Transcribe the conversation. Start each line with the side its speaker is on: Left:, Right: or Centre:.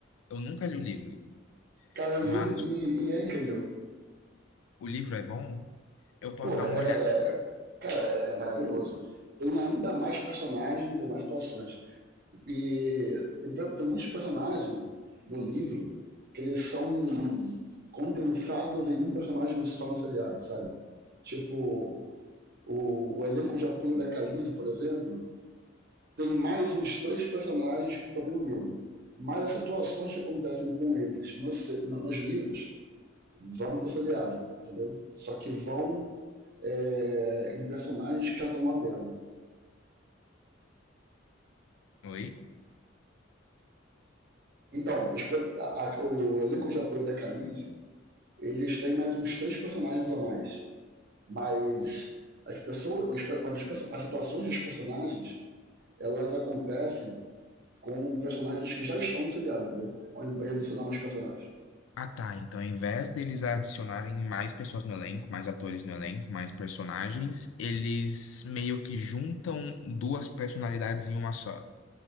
Left: Eu nunca li o livro,
Right: Cara, eu
Left: mas
Right: li e, e é incrível.
Left: o livro é bom, eu posso
Right: Pô,
Left: dar
Right: é.
Left: uma olhada.
Right: Cara, é é maravilhoso. Tem ainda mais personagens e mais situações. E tem, tem muitos personagens do livro que eles são condensados em um personagem só no seriado, sabe? Tipo, o, o elenco de apoio da Khaleesi, por exemplo, tem mais uns três personagens que só tem no livro. Mas as situações que acontecem com eles no nos livros vão pro seriado, entendeu? Só que vão é, em personagens que já estão lá dentro.
Left: Oi?
Right: Então, a- a- o elenco de apoio da Khaleesi, eles têm mais uns três personagens a mais. Mas as pessoas, os mas os as situações dos personagens, elas acontecem com personagens que já estão no seriado, entendeu? Ao invés de adicionar mais personagens.
Left: Ah, tá. Então, ao invés deles adicionarem mais pessoas no elenco, mais atores no elenco, mais personagens, eles meio que juntam duas personalidades em uma só.